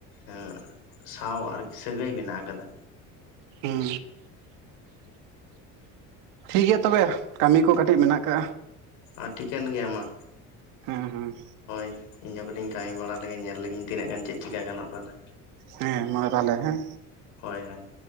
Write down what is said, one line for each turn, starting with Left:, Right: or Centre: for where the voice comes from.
Left: ᱮᱸᱼᱼ ᱥᱟᱶ ᱟᱨᱠᱤ ᱥᱟᱹᱜᱟᱹᱭ ᱢᱮᱱᱟᱜ ᱟᱠᱟᱫᱟ᱾
Right: ᱦᱩᱸ, ᱴᱷᱤᱠ ᱜᱮᱭᱟ ᱛᱚᱵᱮ᱾ ᱠᱟᱢᱤ ᱠᱚ ᱠᱟᱴᱤᱡ ᱢᱮᱱᱟᱜ ᱠᱟᱜ-ᱟ᱾
Left: ᱟ ᱴᱷᱤᱠᱟᱹᱱ ᱜᱮᱭᱟ ᱢᱟ᱾
Right: ᱦᱩᱸ- ᱦᱩᱸ᱾
Left: ᱦᱚᱭ ᱤᱧ ᱦᱚᱸ ᱠᱟᱹᱴᱤᱡ ᱤᱧ ᱠᱟᱹᱢᱤ ᱵᱟᱲᱟ ᱞᱮᱜᱮ, ᱧᱮᱞ ᱞᱤᱜᱤᱧ ᱛᱤᱱᱟᱹᱜ ᱜᱟᱱ ᱪᱮᱫ ᱪᱤᱠᱟ ᱜᱟᱱᱚᱜ ᱠᱟᱱᱟ᱾
Right: ᱦᱮᱸ ᱢᱟ ᱛᱟᱦᱚᱞᱮ ᱦᱮᱸ᱾
Left: ᱦᱚᱭ-ᱦᱚᱭ᱾